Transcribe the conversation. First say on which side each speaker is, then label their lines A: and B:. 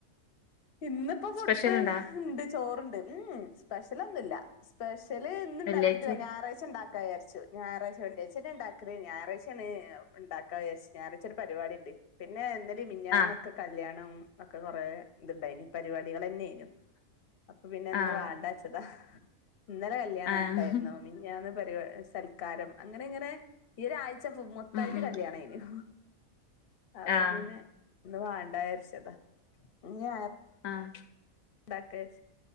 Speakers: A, on the left (about 50°); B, on the left (about 75°).
A: ഇന്നിപ്പോ ഫുഡ്
B: സ്പെഷ്യൽ ഉണ്ടോ
A: ഇണ്ട് ചോറുണ്ട് ഉം സ്പെഷ്യലൊന്നും ഇല്ല സ്പെ ഷല് ഇന്ന് ഉണ്ടാക്കിട്ടില്ല
B: വെള്ളിയാഴ്ച
A: ഞായാഴ്ച ഉണ്ടാക ക്കാ വിചാരിച്ചു ഞാറാച്ച വെള്ളിയാച്ച ഇണ്ടാക്കല് ഞായറാഴ്ചണ് ഇണ്ടാക്കാ വിചാരിച്ചു ഞായറാഴ്ച ഒരു പരിപാടി ഇണ്ട് പിന്നെ എ മിഞ്ഞാന്നൊക്കെ
B: ആഹ്
A: കല്യാണം പ്പക്ക കൊറെ ഇതുണ്ടായിന് പരിപാടികളെന്നെനു. അപ്പൊ പിന്നെ എന്ന്
B: ആഹ്
A: വേണ്ടാച്ചതാ. ഇന്നലെ കല്യാണം
B: ആഹ്
A: ഉണ്ടായിരുന്നോ മിഞ്ഞാന്ന് പരി സൽക്കാരം അങ്ങനെ ഇങ്ങനെ ഈഒരായി ച്ച മൊത്തായിട്ട്
B: ഉം ഉം
A: കല്യാണം ആണെനു. അപ്പൊ
B: ആഹ്
A: പിന്നെ ഒന്ന് വാണ്ടച്ചാരിച്ചതാ. ഇങ്ങ്
B: ആഹ്
A: ണ്ടാക്കച്